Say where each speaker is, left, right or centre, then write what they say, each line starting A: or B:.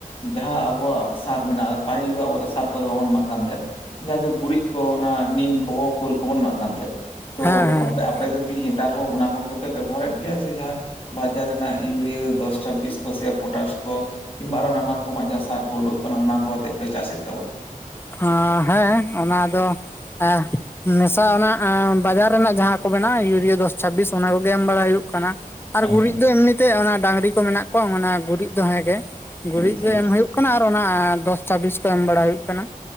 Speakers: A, on the left (about 40°); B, on the left (about 15°).
A: ᱡᱟᱦᱟᱸ ᱟᱵᱚᱣᱟᱜ ᱥᱟᱨ ᱢᱮᱱᱟᱜᱼᱟᱼᱼ ᱯᱟᱹᱤᱞ ᱫᱚ ᱟᱵᱚ ᱫᱚ ᱥᱟᱨ ᱠᱚ ᱫᱚ ᱵᱟᱵᱚᱱ ᱮᱢᱟᱜ ᱠᱟᱱ ᱛᱟᱦᱮᱸᱫ᱾ ᱡᱟᱜᱮ ᱜᱩᱨᱤᱡ ᱠᱚ ᱚᱱᱟ ᱱᱤᱢ ᱠᱚᱵᱚ ᱠᱷᱳᱞ ᱠᱚᱵᱚᱱ ᱮᱢᱟᱜ ᱠᱟᱱ ᱛᱟᱦᱮᱸᱫ ᱛᱚ
B: ᱦᱮᱸ
A: ᱟᱯᱮ ᱟᱯᱮᱼᱼ ᱟᱯᱮ ᱫᱚ ᱠᱤ ᱦᱮᱛᱟᱨ ᱦᱚᱸ ᱚᱱᱟ ᱠᱚᱜᱮᱯᱮ ᱵᱮᱵᱚᱦᱟᱨᱮᱫ ᱜᱮᱭᱟ ᱥᱮ ᱡᱟᱦᱟᱸᱼᱼ ᱵᱟᱡᱟᱨ ᱨᱮᱱᱟᱜ ᱤᱭᱩᱨᱤᱭᱟᱹ ᱫᱚᱥ ᱪᱷᱟᱵᱵᱤᱥ ᱠᱚ ᱥᱮ ᱯᱚᱴᱟᱥ ᱠᱚᱼᱼ ᱠᱤᱝᱵᱟ ᱟᱨᱚ ᱱᱟᱱᱟ ᱨᱚᱠᱚᱢᱟᱜ ᱡᱟᱦᱟᱸ ᱥᱟᱨ ᱠᱚ ᱩᱰᱳᱜ ᱟᱠᱟᱱᱟ ᱚᱱᱟ ᱠᱚ ᱟᱛᱮᱜ ᱯᱮ ᱪᱟᱥᱮᱫ ᱛᱟᱵᱚᱱᱟ᱾
B: ᱦᱟᱸ ᱦᱮᱸ ᱚᱱᱟ ᱫᱚ ᱮᱸ ᱢᱮᱥᱟ ᱚᱱᱟ ᱵᱟᱡᱟᱨ ᱨᱮᱱᱟᱜ ᱡᱟᱸᱦᱟᱼᱼ ᱠᱚ ᱢᱮᱱᱟ ᱤᱭᱩᱨᱤᱭᱟ ᱫᱚᱥ ᱪᱷᱟᱵᱵᱤᱥ ᱚᱱᱟ ᱠᱚᱜᱮ ᱮᱢ ᱵᱟᱲᱟ ᱦᱩᱭᱩᱜ ᱠᱟᱱᱟ ᱟᱨ
A: ᱟᱪᱪᱷᱟ
B: ᱜᱩᱨᱤᱡ ᱫᱚ ᱮᱢᱱᱤᱼᱼ ᱛᱮ ᱚᱱᱟ ᱰᱟᱝᱨᱤ ᱠᱚ ᱢᱮᱱᱟᱜ ᱠᱚᱣᱟ ᱚᱱᱟ ᱜᱩᱨᱤᱡ ᱫᱚ ᱦᱮᱸ ᱜᱮ ᱜᱩᱨᱤᱡ
A: ᱟᱪᱪᱷᱟ
B: ᱜᱮ ᱮᱢ ᱦᱩᱭᱩᱜᱼᱼ ᱠᱟᱱᱟ ᱟᱨ ᱚᱱᱟ ᱫᱚᱥ ᱪᱷᱟᱵᱤᱥ ᱠᱚ ᱮᱢ ᱵᱟᱲᱟ ᱦᱩᱭᱩᱜ ᱠᱟᱱᱟ